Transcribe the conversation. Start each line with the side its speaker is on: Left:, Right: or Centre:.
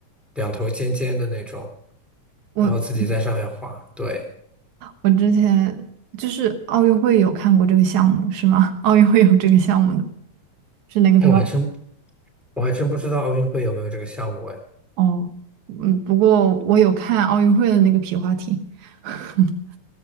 Centre: 两头尖尖的那种，
Right: 我
Centre: 然后自己在上面滑。对，
Right: 我之前就是奥运会有看过这个项目，是吗？<laughs> 奥运会有这个项目的，是哪个皮划
Centre: 哎，我还真我还真不知道奥运会有没有这个项目哎。
Right: 哦，嗯，不过我有看奥运会的那个皮划艇，<laughs>